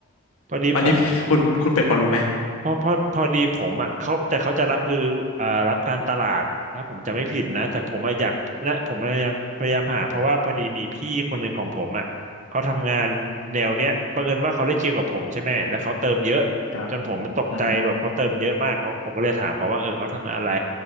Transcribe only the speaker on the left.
อันนี้คุณคุณเป็ดพอรู้ไหม
ครับอืม